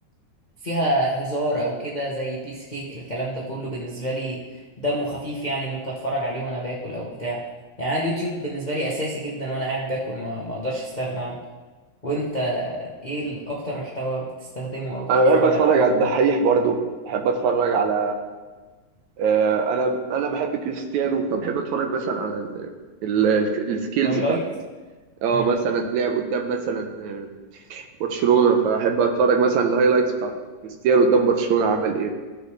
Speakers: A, on the left (about 55°); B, on the right (about 75°).
A: فيها هزار او كده زي بيس كيك الكلام ده كله بالنسبه لي دمه خفيف يعني ممكن اتفرج عليه وانا باكل او بتاع يعني أنا اليوتيوب بالنسبه لي اساسي جدا وانا قاعد باكل ما ما اقدرش استغنى عنه وانت ايه ال- اكتر محتوى بتستخدمه او بتتفرج
B: انا بحب اتفرج
A: عليه
B: على الدحيح برضه بحب اتفرج على آه، انا انا بحب كريستيانو فبحب اتفرج مثلا على ال- ال- ال- السكيلز
A: هايلايتس
B: بتاعت كريستيانو اه
A: امم
B: مثلا لعب قدام مثلا آه، برشلونة فاحب اتفرج مثلا الهايلايتس بتاعت كريستيانو قدام برشلونة عمل ايه